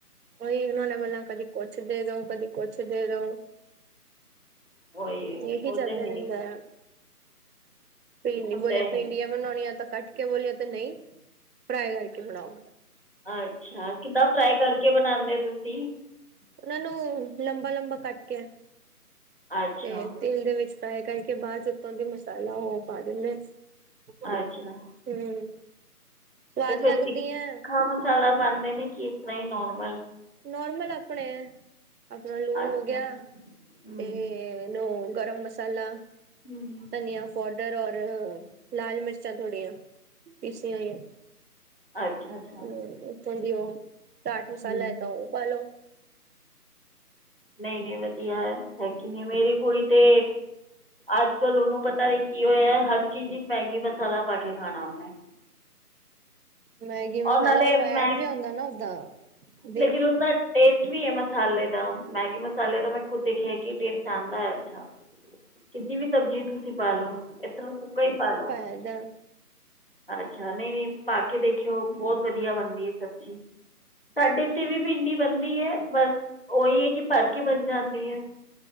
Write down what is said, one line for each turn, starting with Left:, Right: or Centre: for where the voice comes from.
Right: ਉਹੀ ਉਹਨਾਂ ਨੇ ਬੋਲਾਂ ਕਦੀ ਕੁਛ ਦੇ ਦੋ ਕਦੀ ਕੁਛ ਦੇ ਦੋ।
Left: ਉਹੀ ਹੈ
Right: ਇਹੀ
Left: ਉਹ
Right: ਚੱਲਦਾ
Left: ਤਾਂ ਹੈ
Right: ਰਹਿੰਦਾ
Left: ਹੀ
Right: ਆ, ਪਿੰਡੀ
Left: ਉਹ ਤਾਂ
Right: ਬੋਲਿਆ
Left: ਹੈ
Right: ਪਿੰਡੀਆਂ
Left: ਹੀ।
Right: ਬਣੋਣੀਆਂ ਤਾਂ ਕੱਟ ਕੇ ਬੋਲੀਏ ਤੇ ਨਹੀਂ ਫਰਾਈ ਕਰਕੇ ਬਣਾਓ।
Left: ਅੱਛਾ, ਕਿੱਦਾਂ ਫਰਾਈ ਕਰਕੇ ਬਣਾਉਦੇ ਤੁਸੀਂ?
Right: ਉਹਨਾਂ ਨੂੰ ਲੰਬਾ ਲੰਬਾ ਕੱਟ ਕੇ।
Left: ਅੱਛਾ
Right: ਤੇ ਤੇਲ ਦੇ ਵਿੱਚ ਫਰਾਈ ਕਰਕੇ ਬਾਅਦ ਚ ਉਤੋਂ ਦੀ ਮਸਾਲਾ ਉਹ ਪਾ ਦਿੰਦੇ ਹਾਂ
Left: ਅੱਛਾ
Right: ਹਮ
Left: ਅਤੇ
Right: ਸਵਾਦ
Left: ਫਿਰ
Right: ਲੱਗਦੀ
Left: ਤਿੱਖਾ
Right: ਹੈ
Left: ਮਸਾਲਾ ਪਾਉਂਦੇ ਨਹੀਂ ਇਸ ਤਰ੍ਹਾਂ ਹੀ ਨੋਰਮਲ
Right: ਨੋਰਮਲ ਆਪਣੇ ਆਪਣਾ ਲੂਣ
Left: ਅੱਛਾ
Right: ਹੋਗਿਆ
Left: ਹੂੰ
Right: ਤੇ ਨੂੰ ਗਰਮ ਮਸਾਲਾ
Left: ਹਮ
Right: ਧਨੀਆ ਪੋਡਰ ਔਰ ਲਾਲ ਮਿਰਚਾਂ ਥੋੜੀਆਂ ਪੀਸੀਆਂ ਹੋਈਆਂ
Left: ਅੱਛਾ ਅੱਛਾ
Right: ਹਮ ਉਤੋਂ ਦੀ ਓਹ ਚਾਟ
Left: ਹੂੰ
Right: ਮਸਾਲਾ ਹੈ ਤਾ ਉਹ ਪਾਲੋ
Left: ਨਹੀਂ ਨਹੀਂ ਵਧੀਆ ਹੈ <unintelligible> ਨਹੀਂ ਮੇਰੀ ਕੁੜੀ ਤੇ ਅੱਜ ਕਲ ਉਹਨੂੰ ਪਤਾ ਵੀ ਕੀ ਹੋਇਆ ਹਰ ਚੀਜ਼ <unintelligible> ਮੈਗੀ ਮਸਾਲਾ ਪਾ ਕੇ ਖਾਣਾ ਉਹਨੇ
Right: ਮੈਗੀ ਮਸਾਲਾ
Left: ਔਰ ਨਾਲੇ
Right: ਉਹ ਐਡ
Left: ਮੈਂ
Right: ਵੀ <unintelligible> ਨਾ ਓਦਾਂ ਦੇਖ
Left: ਲੇਕਿਨ <unintelligible> ਟੇਸਟ ਵੀ ਹੈ ਮਸਾਲੇ ਦਾ ਮੈਗੀ ਮਸਾਲੇ ਦਾ ਮੈਂ ਖੁਦ ਦੇਖਿਆ ਕਿ ਟੇਸਟ ਆਂਦਾ ਹੈ ਅੱਛਾ ਕਿਸੀ ਵੀ ਸਬਜ਼ੀ ਤੁਸੀਂ ਪਾਲੋ ਇਸ ਤਰ੍ਹਾਂ ਸੁੱਕਾ ਹੀ ਪਾਲੋ
Right: <unintelligible> ਹੈਗਾ
Left: ਅੱਛਾ ਨਹੀਂ ਨਹੀਂ ਪਾ ਕੇ ਦੇਖਿਓ ਬਹੁਤ ਵਧੀਆ ਬਣਦੀ ਹੈ ਸਬਜ਼ੀ ਸਾਡੇ ਐਤੇ ਵੀ ਭਿੰਡੀ ਬਣਦੀ ਹੈ ਬਸ ਉਹੀ ਹੈ ਕਿ ਭਰ ਕੇ ਬਣ ਜਾਂਦੀ ਹੈ